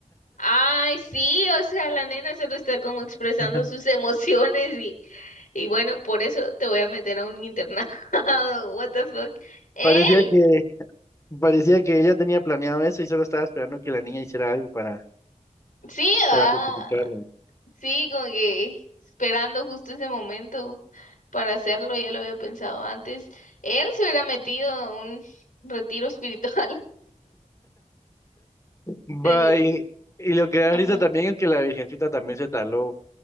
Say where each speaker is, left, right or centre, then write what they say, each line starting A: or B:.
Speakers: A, on the left; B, on the left.
A: Ay, sí, o sea, la nena solo está como expresando
B: <laughs>
A: sus <laughs> emociones y, y bueno, por eso te voy a meter a un internado. <laughs> What the fuck. Él.
B: Parecía que, parecía que ella tenía planeado eso y solo estaba esperando que la niña hiciera algo para,
A: Sí, ah.
B: para justificarlo.
A: Sí, como que esperando justo ese momento para hacerlo, ya lo había pensado antes. Él se hubiera metido a un retiro espiritual,
B: Va,
A: <laughs> seguro.
B: y, y lo que da
A: Ajá.
B: risa también es que la Virgencita también se tardó